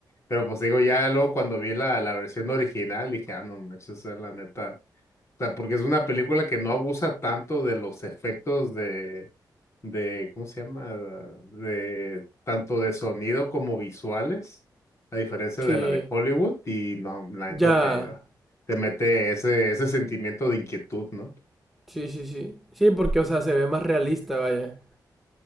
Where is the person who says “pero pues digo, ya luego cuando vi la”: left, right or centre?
Left